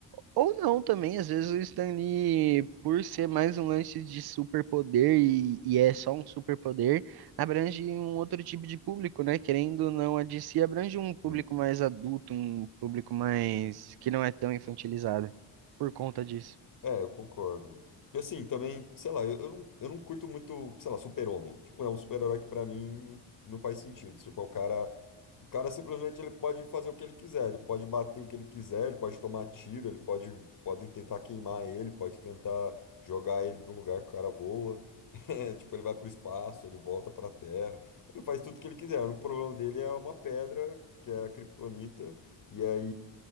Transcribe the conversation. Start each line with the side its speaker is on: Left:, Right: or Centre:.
Right: Ou não também, às vezes o Stan Lee, por ser mais um lance de superpoder e, e é só um superpoder, abrange um outro tipo de público, né? Querendo ou não, a DC abrange um público
Left: Hum.
Right: mais adulto, um público mais que não é tão infantilizado por conta disso.
Left: É, eu concordo, mano. Porque assim, também, sei lá, eu, eu não, eu não curto muito, sei lá, super-homem. Tipo, é um super-herói que pra mim não faz sentido. Tipo, é o cara. O cara simplesmente ele pode fazer o que ele quiser, ele pode bater em que ele quiser, ele pode tomar tiro, ele pode podem tentar queimar ele, pode tentar jogar ele de um lugar que o cara voa. <laughs> É, tipo, ele vai pro espaço, ele volta pra Terra. Ele faz tudo o que ele quiser. O único problema dele é uma pedra, que é a kryptonita, e aí